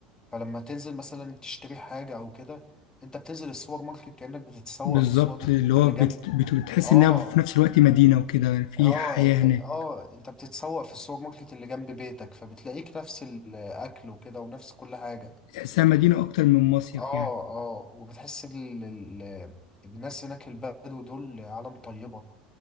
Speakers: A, on the left (about 15°); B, on the left (about 60°).
A: فلما تنزل مثلا تشتري حاجة او كده انت بتنزل السوبر ماركت كأنك بتتسوق
B: بالظبط
A: في السوبر
B: اللي
A: ماركت
B: هو
A: اللي
B: بت...
A: جنبك
B: بت... بتحس
A: اه
B: إنها في نفس الوقت مدينة وكده يعني في
A: اه
B: حياة
A: انت
B: هناك
A: اه انت بتتسوق في السوبر ماركت اللي جنب بيتك فبتلاقيك نفس الاكل وكده ونفس كل حاجة
B: تحسها مدينة أكتر من مصيف
A: اه
B: يعني
A: اه وبتحس ال... ال... الناس هناك البدو دول عالم طيبة